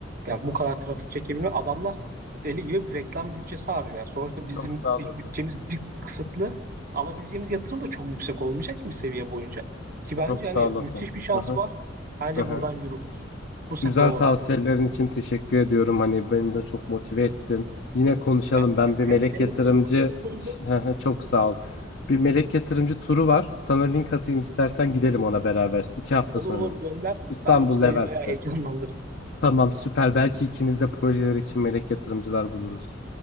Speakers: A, on the right; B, on the left.
A: yani
B: hı.
A: bu kadar trafik çekebilmek. Adamlar deli gibi bir reklam bütçesi harcıyor. Yani sonuçta bizim
B: Çok sağ
A: bir
B: olasın.
A: bütçemiz bir kısıtlı. Alabileceğimiz yatırım da çok yüksek olmayacak ki bir seviye boyunca. Ki bence
B: Çok sağ
A: hani müthiş
B: olasın.
A: bir şans
B: Aha,
A: var. Bence
B: aha.
A: buradan yürürüz. Bu sefer
B: Güzel
A: olur.
B: tavsiyelerin için teşekkür ediyorum. Hani beni de çok motive ettin. Yine konuşalım.
A: Ben de
B: Ben
A: çok,
B: bir melek
A: hem seninle
B: yatırımcı
A: böyle çok mutlu oldum.
B: <laughs> Hı hı, çok sağ ol. Bir melek yatırımcı turu var. Sana link atayım istersen gidelim ona beraber. İki hafta
A: Olur
B: sonra.
A: olur gönder.
B: İstanbul
A: Ben
B: Levent'te.
A: beni bayağı heyecanlandırdım.
B: Tamam süper. Belki ikimiz de projeler için melek yatırımcılar buluruz.